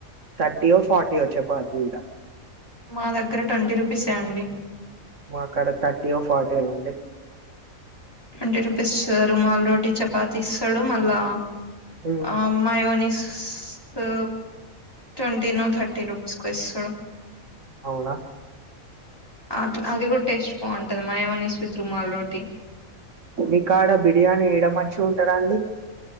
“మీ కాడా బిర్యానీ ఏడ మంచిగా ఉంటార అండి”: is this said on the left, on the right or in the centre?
Right